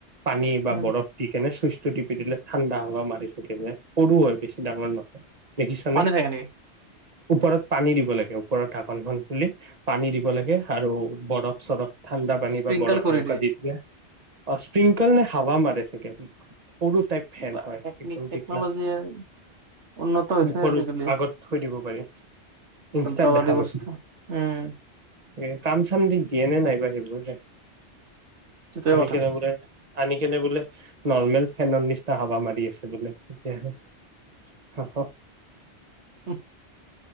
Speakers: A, on the right (about 35°); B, on the right (about 80°).
A: পানী বা
B: উম
A: বৰফ কেনে সুস্থ চু দিলে ঠাণ্ডা ডাঙৰ মাৰ চকে যে সৰু হয় বেছি ডাঙৰ নহয়। দেখিছানে?
B: পানী থাকে নেকি
A: ওপৰত পানী দিব লাগে ওপৰত ঢাকনখন খুলি পানী দিব লাগে আৰু বৰফ চৰফ ঠাণ্ডা পানী
B: স্প্ৰিংকল
A: বা বৰফ
B: কৰি
A: এনেকুৱা দি দিয়ে। অ স্প্ৰিংকেল নে হাবা মাৰেছে কে? সৰু টাইপ ফেন
B: বা
A: হয়।
B: টেকনিক
A: একদম
B: টেকনলজিয়ে
A: যিকলা,
B: উন্নত হৈছে
A: মুখৰ
B: আজিকালি
A: উ, আগত থৈ দিব পাৰি। ইনষ্টাত
B: যন্ত্ৰপাতি
A: দেখা পাইছিলোঁ।
B: বস্তু উম
A: এ, কাম চাম দি দিয়ে নে নাইবা? এইবোৰ যে
B: সেইটোৱে
A: আন <unintelligible>
B: কথা
A: আনি কেনে বোলে নৰ্মেল ফেনৰ নিচিনা হাবা মাৰি আছে। বোলে তেতিয়াহে হ হ
B: উম